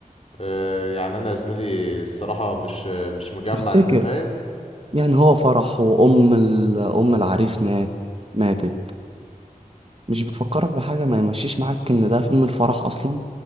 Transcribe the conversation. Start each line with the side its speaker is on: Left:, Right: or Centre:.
Left: آه يعني انا يا زميلي الصراحة مش مش مجمع
Right: تفتكر
Left: انت فاهم
Right: يعني هو فرح وام ال- ام العريس مات ماتت مش بتفكرك بحاجة ما يمشيش معاك ان ده فيلم الفرح اصلا